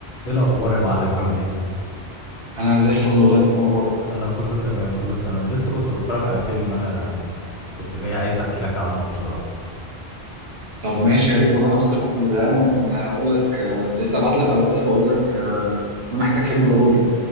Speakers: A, on the left (about 75°); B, on the right (about 65°).
A: ايه الاخبار يا معلم عامل ايه
B: انا زي الفل والله انت إيه اخبارك
A: انا كله تمام كله تمام لسه كنت بتفرج على فيلم انا كنت جاي عايز احكي لك عنه بسرعه
B: طب ماشي يا ريت والله انا اصلا كنت زهقان وكنت هقول لك آه، كنت لسه ابعت لك على الواتساب اقول لك آه، انا محتاج فيلم ضروري